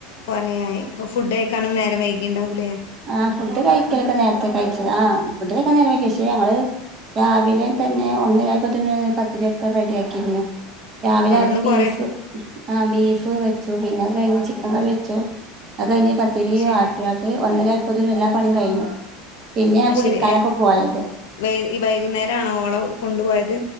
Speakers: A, on the left (about 85°); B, on the right (about 30°).
A: കൊറെയായി അപ്പൊ ഫുഡ് കഴിക്കാനും നേരം വൈകീണ്ടാവൂല്ലേ
B: ആഹ് ഫുഡ് കഴിക്കലൊക്കെ നേരത്തെ കഴിച്ചത് ആഹ് ഫുഡ് കൈക്കാൻ നേരം വൈകി പക്ഷേ ഞങ്ങൾ രാവിലെ തന്നെ ഒന്നര ആയപ്പോത്തിന് പത്തിരിയൊക്കെ റെഡിയാക്കിയിരുന്നു രാവിലെ
A: അവിടുന്ന്
B: ആദ്യം ബീഫ്
A: കൊറെ
B: ആഹ് ബീഫ് വെച്ചു പിന്നെ അത് കഴിഞ്ഞ് ചിക്കൻ കറി വെച്ചു അത് കഴിഞ്ഞ് പത്തിരി
A: അത് ശരി
B: വാട്ടിയാട്ട് ഒന്നര ആയപ്പോത്തിന് എല്ലാ പണിയും കഴിഞ്ഞു പിന്നെ ഞാൻ
A: അത്
B: കുളിക്കാനൊക്കെ
A: ശരി
B: പോയത്
A: വൈ വൈകുന്നേരം ആണോ ഓളോ കൊണ്ടുപോയത്